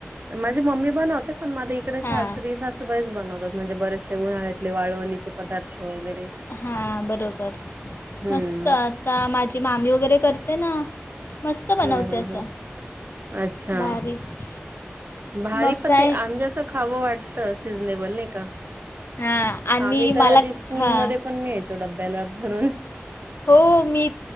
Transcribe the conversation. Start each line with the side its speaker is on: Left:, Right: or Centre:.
Right: माझी मम्मी बनवते पण माझ्या इकडे
Left: हां
Right: सासरी सासूबाईच बनवतात म्हणजे बरेच. उन्हाळ्यातले वाळणीचे पदार्थ. वगैरे
Left: हा बरोबर
Right: हम्म
Left: मस्त आता. आता माझी मामी वगैरे करते ना मस्त बनवते
Right: हम् हम
Left: असं.
Right: हम अच्छा
Left: भारीच.
Right: भारी
Left: मग
Right: पण
Left: काय
Right: ते आंब्याचा खावं वाटतं सिझनेबल नाही का.
Left: हां आणि
Right: आम्ही तर
Left: मला
Right: आधी स्कूल
Left: हां
Right: मध्ये पण न्यायचो डबब्याला भरून.
Left: हो मी